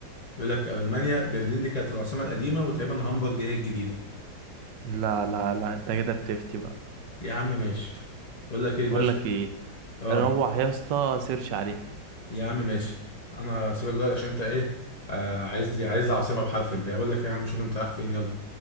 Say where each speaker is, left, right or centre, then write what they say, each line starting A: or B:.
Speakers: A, on the left; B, on the right.
A: يقول لك ألمانيا برلين دي كانت العاصمة القديمة وتقريبا هامبورج هي الجديدة
B: لا لا لا انت كده بتفتي بقى
A: يا عم ماشي بقول لك ايه
B: بقول
A: بقى شو-
B: لك ايه
A: اه
B: روح يا اسطى سيرش عليها
A: يا عم ماشي انا سيبك دلوقتي عشان انت ايه آه عايز لي عايز العاصمة بحرف الباء بقول لك إيه يا عم شوف انت رايح فين يلا